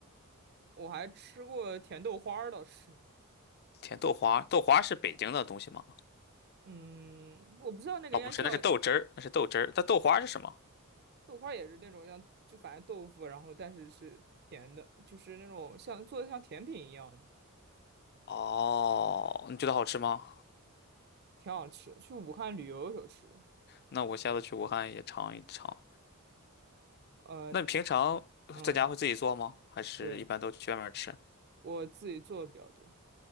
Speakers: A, on the right; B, on the left.
A: 我还吃过甜豆花儿倒是。
B: 甜豆花，豆花是北京的东西吗？
A: 嗯，我不知道那个应该叫
B: 哦，不是，那是豆汁儿，那是豆汁儿。但豆花是什么？
A: 豆花，也是那种像就反正豆腐，然后但是是甜的，就是那种像做的像甜品一样的。
B: 哦，你觉得好吃吗？
A: 挺好吃。去武汉旅游的时候吃，
B: 那我下次去武汉也尝一尝。
A: 呃，
B: 那你平常在家会自己做吗？
A: 嗯，
B: 还是一般都去外面吃？
A: 对，我自己做的比较多，